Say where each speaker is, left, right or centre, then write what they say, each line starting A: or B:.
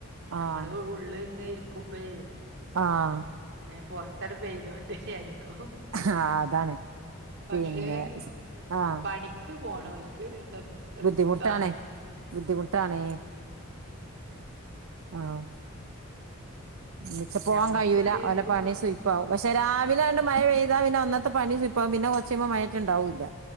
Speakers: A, on the right; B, on the right.
A: ഞമ്മള്
B: ആഹ്
A: ഉള്ള് ഇങ്ങനെ ഇരിക്കുമ്പോയ
B: ആഹ്
A: ഏ പൊറത്തര പെയ്തോട്ടെയായിരിക്കും
B: ആഹ് അതാണ്
A: പക്ഷേ
B: പിന്നെ ആഹ്
A: പണിക്ക് പോണോൽക്ക് ഇതൊ
B: ബുദ്ധിമുട്ടാണ്
A: റിസ്കാണ്
B: ബുദ്ധിമുട്ടാണേ ആഹ് ഇന്ന്പോ പോവാൻ
A: ഞമ്മക്കുള്ളിൽ
B: കയൂല
A: ഇരിക്കുമ്പോ
B: ഓല പണി സൂയ് പക്ഷെ രാവിലെ കണ്ട് മഴ പെയ്താ പിന്നെ ഇന്നെത്തെ പണി സുയ്പ്പാവും പിന്നെ കൊറച്ചയ്യുമ്പോ മഴട്ടുണ്ടാവൂല്ല